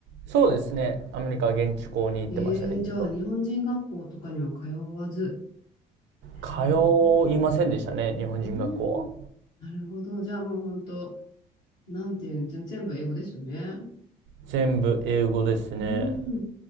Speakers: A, on the right; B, on the left.
A: そうですね。アメリカは現地校に行ってましたね、
B: えー、
A: ずっと。
B: じゃあ日本人学校とかには通わず。へえ。
A: 通いませんでしたね、日本人学校は。
B: うーん。なるほど。じゃあもう本当、なんていうの、全全部英語ですよね。
A: 全部英語ですね。
B: うーん。